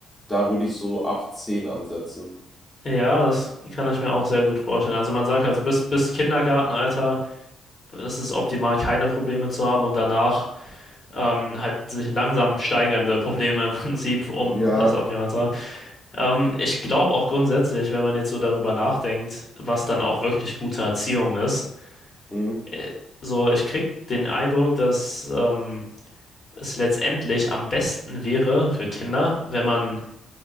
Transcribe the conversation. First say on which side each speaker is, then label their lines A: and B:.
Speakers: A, on the left; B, on the left.
A: da würde ich so ab 10 ansetzen.
B: Ja, das kann ich mir auch sehr gut vorstellen. Also man sagt also bis, bis Kindergartenalter ist es optimal, keine Probleme zu haben und danach ähm, halt sich langsam steigernde Probleme <laughs> im Prinzip um
A: Ja,
B: das optimal zu haben. Ähm, ich glaube auch grundsätzlich, wenn man jetzt so darüber nachdenkt, was dann auch wirklich gute Erziehung ist,
A: Hm.
B: äh, so ich krieg den Eindruck, dass ähm, es letztendlich am besten wäre für Kinder, wenn man